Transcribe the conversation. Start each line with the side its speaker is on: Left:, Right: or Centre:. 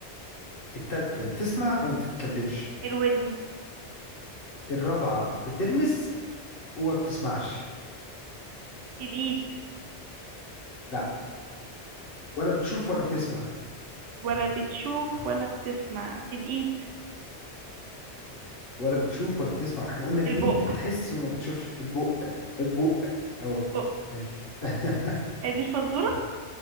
Left: التالتة بتسمع وما بتتكلمش
Right: الودن
Left: الرابعة بتلمس وما بتسمعش
Right: الايد
Left: لا ولا بتشوف ولا بتسمع
Right: ولا بتشوف ولا بتسمع الايد
Left: ولا بتشوف ولا بتسمع احنا قلنا الإيد
Right: البق
Left: بتحس وما بتشوفش البق البق اهو
Right: البق
Left: ماشي <laughs>
Right: هي دي الفزورة